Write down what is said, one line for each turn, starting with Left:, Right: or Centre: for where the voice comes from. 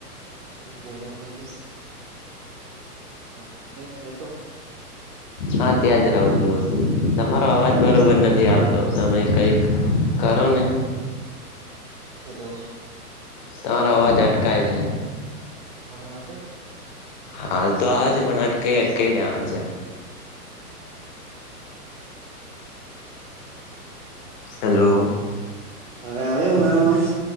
Right: એક મહિના પછી હા, એજ રેસો.
Left: હા, ત્યાં જ રહું છું. તમારો અવાજ બરોબર નથી આવતો તમે કંઈક કરો ને.
Right: હેલો.
Left: તમારો અવાજ અટકાય છે.
Right: હવે, આવ્યો?
Left: હાલ તો આવે છે, પણ અટકઈ-અટકઈ ને આવે છે. હેલો.
Right: હવે, આવ્યો મારો અવાજ?